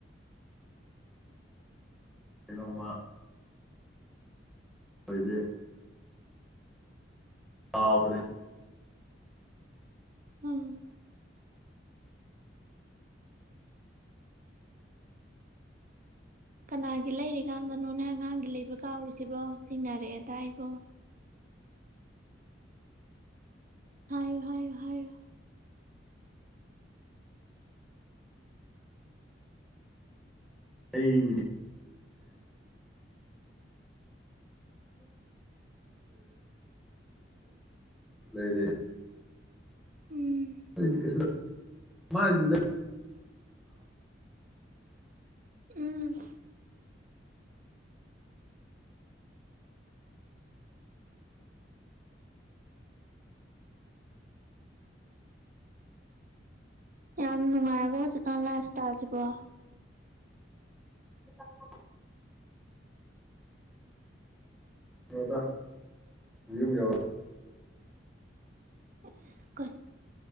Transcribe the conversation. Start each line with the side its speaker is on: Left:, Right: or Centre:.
Centre: ꯀꯩꯅꯣꯃ ꯄꯨꯗꯤ ꯀꯥꯎꯒ꯭ꯔꯦ
Right: ꯎꯝ ꯀꯅꯥꯒꯤ ꯂꯩꯔꯤꯀꯥꯟꯗꯅꯣꯅꯦ ꯑꯉꯥꯡꯒꯤ ꯂꯩꯕ ꯀꯥꯎꯔꯤꯁꯤꯕꯣ ꯆꯤꯡꯅꯔꯛꯑꯦꯗ ꯑꯩꯕꯣ ꯍꯥꯏꯣ ꯍꯥꯏꯣ ꯍꯥꯏꯣ
Centre: ꯑꯩꯒꯤ ꯂꯩꯔꯦꯈ ꯂꯩꯔꯦ
Right: ꯎꯝ
Centre: ꯑꯗꯨꯗꯤꯛꯀ ꯃꯥ ꯏ ꯂꯩ
Right: ꯎꯝ ꯌꯥꯝ ꯅꯨꯡꯉꯥꯏꯔꯕ ꯍꯧꯖꯤꯛꯀꯥꯟ ꯂꯥꯏꯞ ꯏꯁꯇꯥꯏꯜꯁꯤꯕꯣ
Centre: <unintelligible> ꯅꯣꯗ ꯌꯌꯨꯝ ꯌꯥꯎꯔꯛ
Right: ꯏꯁ ꯀ